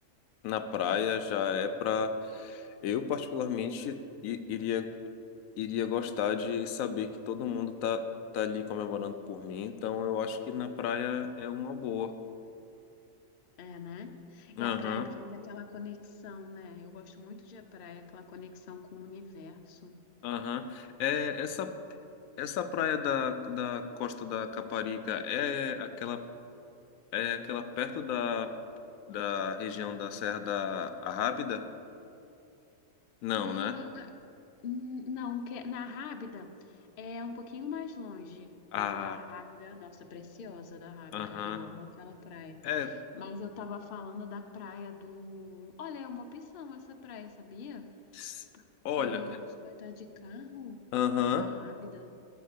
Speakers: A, on the left; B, on the left.
A: na praia já é para eu particularmente i- iria iria gostar de saber que todo mundo tá, tá ali comemorando por mim, então eu acho que na praia é uma boa.
B: É, né?
A: Aham,
B: E a praia traz aquela conexão, né? Eu gosto muito de praia, aquela conexão com o universo.
A: aham. É, essa, essa praia da, da Costa da Caparica é aquela, é aquela perto da, da região da Serra da Arrábida? Não,
B: É,
A: né?
B: n- não, porque na Rábida é um pouquinho mais longe,
A: Ah,
B: mas a da Rábida, nossa, preciosa da Rábida,
A: aham.
B: eu amo aquela praia.
A: É,
B: Mas eu tava falando da praia do. Olha, é uma opção essa praia, sabia?
A: ps-
B: Porque
A: olha,
B: a
A: é-
B: gente vai estar de carro,
A: aham.
B: a da Rábida,